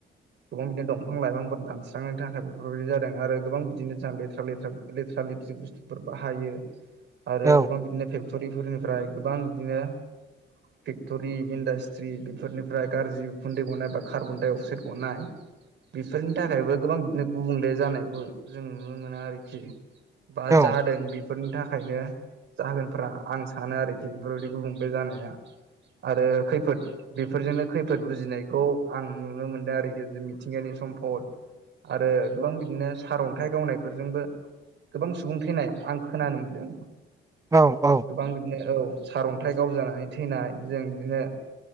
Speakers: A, on the right; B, on the right.
A: गोबां बिदिनो दंफां लाइफांफोर दानस्रांनायनि थाखाय बेफोरबायदि जादों आरो गोबां बिदिनो जा लेथ्रा लेथ्रा ले लेथ्रा लेथ्रि बुस्थुफोर बाहायो। आरो
B: औ
A: गोबां बिदिनो फेक्ट'रिफोरनिफ्राय गोबां बिदिनो फि फेक्टरि इन्डासट्रि बेफोरनिफ्राय गाज्रि उखुन्दै गनाय बा कार्बन डाइ अक्साइड गनाय बेफोरनि थाखायबो गोबां बिदिनो गुबुंले जानायखौ जों नुनो मोनो आरोखि। बा
B: औ
A: जादों बिब फोरनि थाखायनो जागोनफ्रा आं सानो आरोखि बेफोरबायदि गुबुंले जानाया। आरो खैफोद बेफोरजोंनो खैफोद उजिनायखौ आं नुनो मोनदों आरोखि जे मिथिंगानि सम म्पट आरो गोबां बिदिनो सारअन्थाइ गावनायफोरजोंबो गोबां सुबुं थैनाय आं खोनानो मोनदों।
B: औ औ
A: गोबां बिदिनो औ सारन्थाइ गावजानानै थैनाय जों बिदिनो